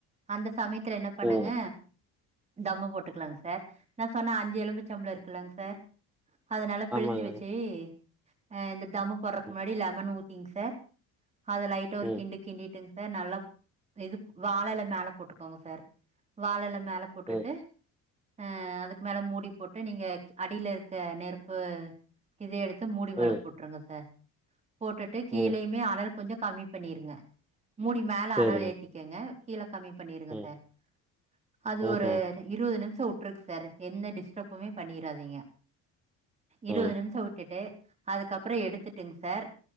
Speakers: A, on the right; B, in the centre.
A: அந்த சமயத்துல என்ன பண்ணுங்க
B: ம்
A: தம் போட்டுக்கலாங்க சார் நா சொன்ன அஞ்சு எலும்புச்சம்பளம் இருக்கலங்க சார் அத நல்லா பிழிஞ்சு
B: ஆமாங்க
A: வச்சு ஆ இந்த தம் போடுறதுக்கு
B: ம்
A: முன்னாடி லெமன் ஊத்திங்க சார் அத லைட்டா ஒரு
B: ம்
A: கிண்டு கிண்டிட்டுங் நல்லா இது வாழையில மேல போட்டுக்கோங்க சார் வாழையில மேல போட்டுட்டு
B: ம்
A: அ அதுக்கு மேல மூடி போட்டு நீங்க அடியில இருக்க நெருப்பு இத எடுத்து மூடி
B: ம்
A: மேல போட்டுருங்க சார் போட்டுட்டு கீழேயுமே
B: ம்
A: அனல் கொஞ்சோ கம்மி பண்ணிருங்க மூடி மேல
B: சேரிங்க
A: ஆனல் ஏத் திகங்க கீழ கம்மி பண்ணிருங்க
B: ம்
A: சார் அது
B: ஆஹ
A: ஒரு இருவது நிமிஷ உட்ருக் சார் என்ன டிஸ்டர்ப் போமே பண்ணிறாதீங்க இருவது
B: ஆ
A: நிமிஷ விட்டுட்டு அதுக்கப்புற எடுத்துட்டுங்க சார்